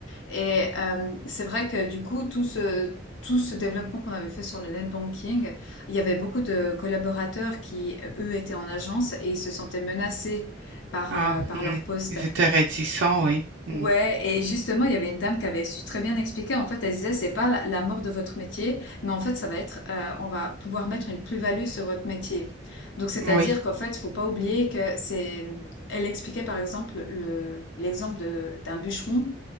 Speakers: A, on the left; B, on the right.
A: et euh, c'est vrai que du coup, tout ce, tout ce développement qu'on avait fait sur le net banking, il y avait beaucoup de collaborateurs qui, euh, eux, étaient en agence et ils se sentaient menacés par,
B: Ah,
A: euh, par
B: hmm.
A: leur poste.
B: Ils étaient réticents, oui.
A: Ouais,
B: Hmm.
A: et justement, il y avait une dame qui avait su très bien expliquer. En fait, elle disait, c'est pas la, la mort de votre métier, mais en fait, ça va être, euh, on va pouvoir mettre une plus-value sur votre métier. Donc, c'est-à-dire
B: Oui,
A: qu'en fait, faut pas oublier que c'est, elle expliquait par exemple le, l'exemple de, d'un bûcheron,